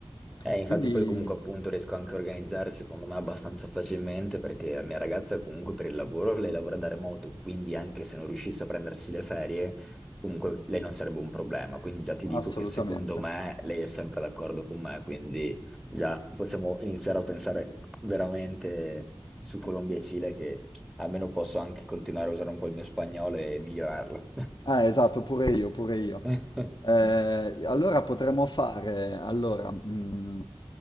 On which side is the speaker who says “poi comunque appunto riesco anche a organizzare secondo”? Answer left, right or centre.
Centre